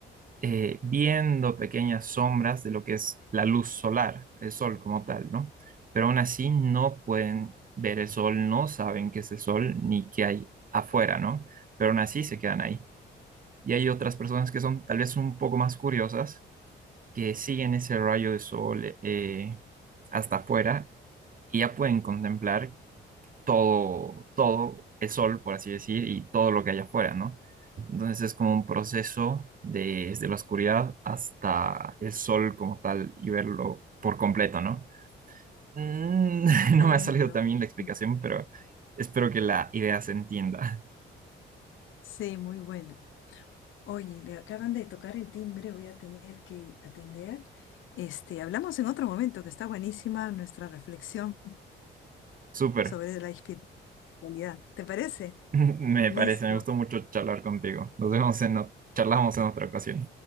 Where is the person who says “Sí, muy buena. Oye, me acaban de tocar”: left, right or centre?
Left